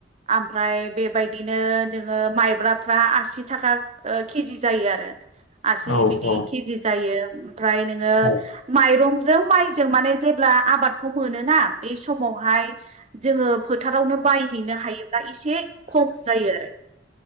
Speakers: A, on the right; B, on the left.
A: ओमफ्राय बेबायदिनो नोङो मायब्राफ्रा आसि थाखा केजि जायो आरो आसि
B: औ
A: बिदि
B: औ
A: केजि जायो ओमफ्राय नोङो
B: औ
A: माइरं जों माइजों माने जेब्ला आबादखौ मोनोना बे समावहाय जोङो फोथारावनो बायहैनो हायोब्ला एसे खम जायो आरो।